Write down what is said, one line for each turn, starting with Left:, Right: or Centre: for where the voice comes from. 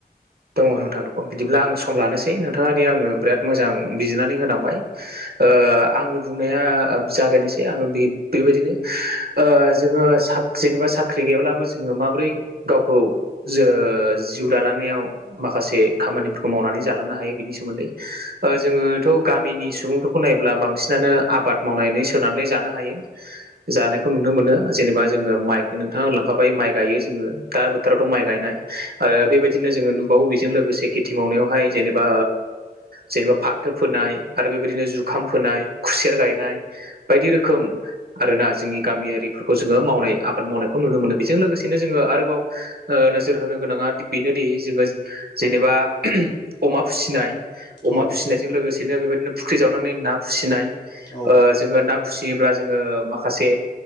Right: दङ नोंथांखौ बिदिब्ला आं सम लानोसै नोंथाङा दि आंनो बिराद मोजां बिजिरनानै होनांबाय ओ आंनि बुंनाया जागायनोसै आङो बे बेबायदिनो ओ जोङो साकख्रि साख्रि गैयाब्लाबो जोङो माबोरै गावखौ जो जिउ दालांनायाव माखासे खामानिफोरखौ मावनानै जालांनो हायो बिनि सोमोन्दै ओ जोङोथ' गामिनि सुबुंफोरखौ नायोब्ला बांसिनानो आबाद मावनानै सोनानै जानो हायो जानायखौ नुनो मोनो जेनेबा जोङो
Left: औ
Right: माइ नोंथाङा लांखाबाय माइ गायो जोङो दा बोथोरावथ' माइ गायनाय आरो
Left: औ
Right: बेबायदि दिनो जोङो नुबावो बेजों लोगोसे खेथि मावनायावहाय जेनेबा जेनेबा फाथो फोनाय आरो बेबायदिनो जुखाम फोनाय खुसेर गायनाय बायदि रोखोम आरोना जोंनि गामियारिफोरखौ जोङो मावनाय आबाद मावनायखौ नुनो मोनो बेजों लोगोसेनो जोङो आरोबाव ओ नोजोर होनो गोनाङा बेनोदि जोङो जेनेबा अमा फिसिनाय अमा
Left: औ
Right: फिसिनाय जों लोगोसेनो बेबादिनो फुख्रि जावनानै ना फुसिनाय
Left: औ
Right: ओ जोङो ना फुसियोब्ला जोङो माखासे